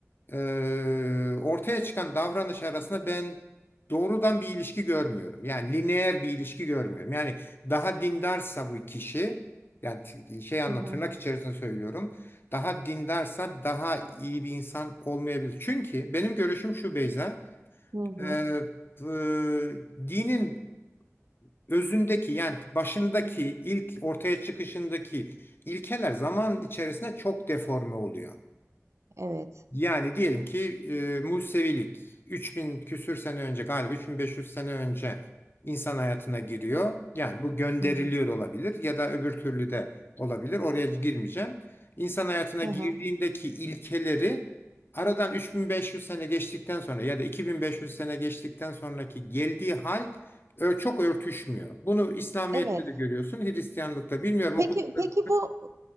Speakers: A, on the left; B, on the right.
A: e, ortaya çıkan davranış arasında ben doğrudan bir ilişki görmüyorum. Yani lineer bir ilişki görmüyorum. Yani daha dindarsa bu kişi, yani t- şey anlamı
B: Hı hı.
A: tırnak içerisinde söylüyorum. Daha dindarsa daha iyi bir insan olmayabilir. Çünkü benim görüşüm şu Beyza,
B: Hı hı.
A: e, e, dinin özündeki yani başındaki ilk ortaya çıkışındaki ilkeler zaman içerisinde çok deforme oluyor.
B: Evet.
A: Yani diyelim ki e, Musevilik 3000 küsür sene önce galiba 3500 sene önce insan hayatına giriyor. Yani bu gönderiliyor
B: Hı hı.
A: da olabilir ya da öbür türlü de olabilir. Oraya girmeyeceğim. İnsan hayatına
B: Hı
A: girdiğindeki
B: hı.
A: ilkeleri aradan 3500 sene geçtikten sonra ya da 2500 sene geçtikten sonraki geldiği hal e, çok örtüşmüyor. Bunu İslamiyet'te
B: Evet.
A: de görüyorsun, Hristiyanlık'ta bilmiyorum
B: Peki
A: okuduklarım.
B: peki bu